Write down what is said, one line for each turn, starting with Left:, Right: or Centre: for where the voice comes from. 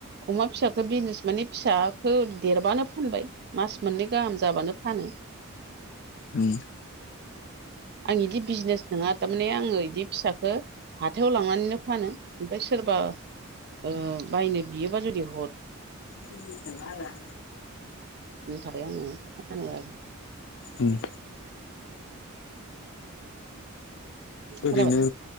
Right: अमा फिसाखौ बिजनेस मानानि फिसाखौ देरबानो फानबाय मास मोननै गाहाम जाबानो फानो <inaudible>
Left: ओम
Right: आं बिदि बिजनेस नङा थारमाने आङो बिदि फिसखो हाथायाव लांनानैनो फानो। ओमफ्राय सोरबा ओ बायनो बियोबा जुदि हर
Left: <unintelligible>
Right: थाखाय आङो फानो आरो
Left: ओम
Right: खोनाबाय
Left: ओरैनो